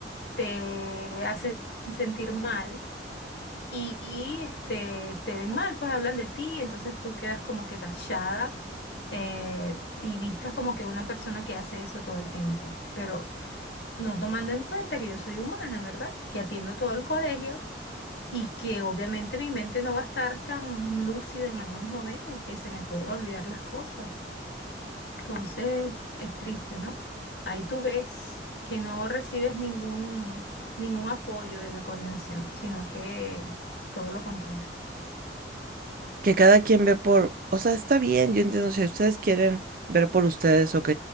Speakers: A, on the left; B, on the right.
A: te hacen sentir mal y, y, este, te ven mal, pues hablan de ti, entonces tú quedas como que tachada eh, y vistas como que una persona que hace eso todo el tiempo. Pero no tomando en cuenta que yo soy humana, ¿verdad? Que atiendo todo el colegio y que obviamente mi mente no va a estar tan lúcida en algunos momentos y que se me pueden olvidar las cosas. Entonces es triste, ¿no? Ahí tú ves que no recibes ningún, ningún apoyo de la coordinación, sino que todo lo contrario.
B: Que cada quien ve por, o sea, está bien, yo entiendo si ustedes quieren ver por ustedes, ok,